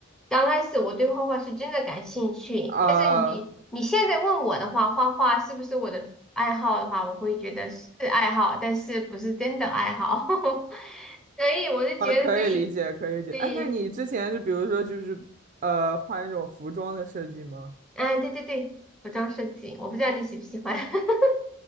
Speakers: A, in the centre; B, on the right.
A: 刚开始我对画画是真的感兴趣。
B: 啊、
A: 但是你你现在问我的话，画画是不是我的爱好的话，我会觉得是爱好，但是不是真的爱好。<laughs> 所以我就觉得对
B: 啊，可以理解，可以理解。
A: 对，
B: 哎，那你之前就比如说就是呃，画那种服装的设计吗？
A: 嗯，对对对，服装设计，我不知道你喜不喜欢。<laughs>